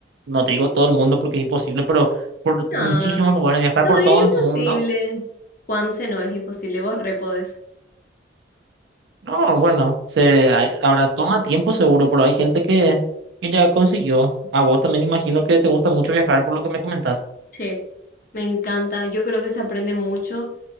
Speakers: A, on the right; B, on the left.
A: no te digo todo el mundo porque es imposible, pero por
B: No,
A: muchísimos lugares, viajar
B: no
A: por
B: es
A: todo
B: imposible.
A: el mundo,
B: Juanse, no es imposible, vos re podés.
A: no, bueno, se, hay- ahora toma tiempo seguro, pero hay gente que, que ya consiguió, a vos también imagino que te gusta mucho viajar por lo que me comentás,
B: Sí, me encanta. Yo creo que se aprende mucho.